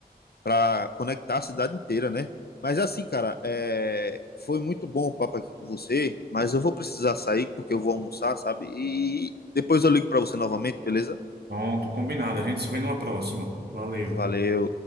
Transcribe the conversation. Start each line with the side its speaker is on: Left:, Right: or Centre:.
Left: para conectar a cidade inteira, né? Mas assim, cara, é, foi muito bom o papo aqui com você. Mas eu vou precisar sair porque eu vou almoçar, sabe? E depois eu ligo para você novamente, beleza?
Right: Pronto, combinado. A gente se vê numa próxima. Valeu.
Left: Valeu.